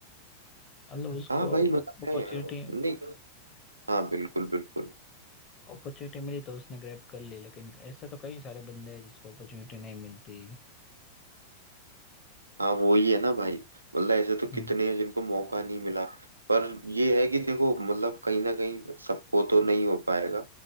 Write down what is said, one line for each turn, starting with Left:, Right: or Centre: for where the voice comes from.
Left: मतलब उसको
Right: हाँ भाई मतलब
Left: अपॉर्चुनिटी
Right: है नहीं हाँ बिल्कुल बिल्कुल
Left: अपॉर्चुनिटी मिली तो उसने ग्रैब कर ली लेकिन ऐसे तो कई सारे बंदे हैं जिसको अपॉर्चुनिटी नहीं मिलती
Right: हाँ वो ही है ना भाई मतलब ऐसे तो कितने
Left: हम्म
Right: हैं जिनको मौका नहीं मिला पर ये है कि देखो मतलब कहीं ना कहीं सबको तो नहीं हो पाएगा